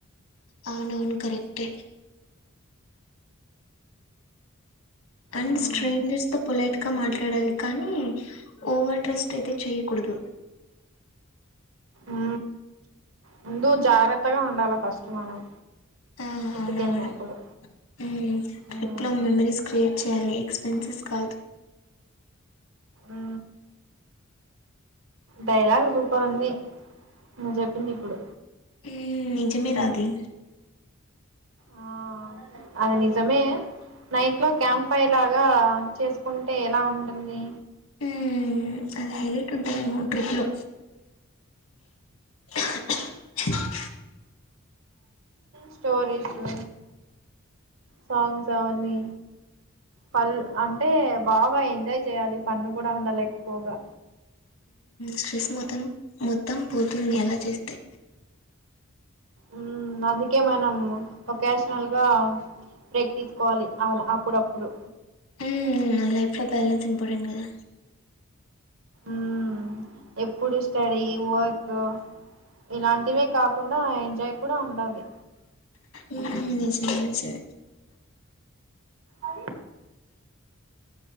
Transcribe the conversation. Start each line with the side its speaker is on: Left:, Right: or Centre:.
Left: అవున అవును కరెక్ట్. అండ్
Right: మ్మ్
Left: స్ట్రైంజర్స్ తో పొలైట్ మాట్లాడాలి కానీ ఓవర్ ట్రస్ట్ అయితే చేయకూడదు.
Right: ఉ ముందు జాగ్రత్తగా ఉండాలి ఫస్ట్ మనం.
Left: ఆ
Right: ట్రిప్కి
Left: అవునవును
Right: వెళ్ళినప్పుడు
Left: హు ట్రిప్
Right: ఉమ్
Left: లో మెమరీస్ క్రియేట్ చేయ్యాలి. స్పెన్సస్ కాదు.
Right: ఊ డైలాగ్ సూపరుంది నువ్వు చెప్పింది ఇప్పుడు
Left: ఉ నిజమే రాధే
Right: ఆ అది నిజమే నైట్ లో క్యాంప్ ఫై లాగా చేసుకుంటే ఎలా ఉంటుంది.
Left: ఉ అది హైలైట్ ఉంటాదెమో ట్రిప్ లో <unintelligible>
Right: స్టోరీసు సాంగ్స్ అవన్నీ పల్ అంటే బాగా ఎంజాయ్ చేయాలి ఫన్ కూడా ఉండాలి ఎక్కువగా
Left: స్ట్రెస్ మొత్తం మొత్తం పోతుంది అలా చేస్తే
Right: ఉం అందుకే మనం ఒకేషనల్ గా బ్రేక్ తీసుకోవాలి అలా అప్పుడప్పుడు
Left: ఉమ్ లైఫ్ లో బ్యాలెన్స్ ఇంపార్టెంట్ కదా
Right: ఊమ్ ఎప్పుడు స్టడీ వర్క్ ఇలాంటివే కాకుండా ఎంజాయ్ కూడా ఉండాలి
Left: ఉమ్ నిజమే నిజమే
Right: అది